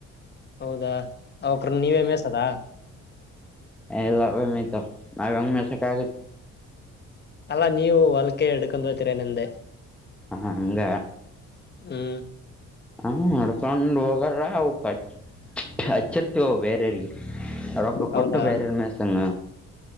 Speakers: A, on the left; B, in the centre.
A: ಹೌದಾ ಅವಕ್ರ ನೀವೇ ಮೇಸದ
B: ಹಲ್ಲಭಮಿತ ಆಂಗ್ ಮಸ ಕಗ
A: ಅಲ್ಲಾ ನೀವು ಹೊಲ್ಕೆ ಹಿಡ್ಕೊಂಡು ಹೋತೀರಾ ನಿಂದೆ
B: ಹ ಹಂಗ
A: ಹ್ಮ್
B: ಹಾ ಅಡುಕೊಂಡುವೋಗ ಹಕ ಹಚ್ಚರ್ತಗವು ಬೇರೆರ್ಗೆ ಅ ಒಕ್ಕ
A: ಹೌದಾ
B: ಕೊಟ್ಟ ಬೇರೆರ್ ಮೇಸಂಗ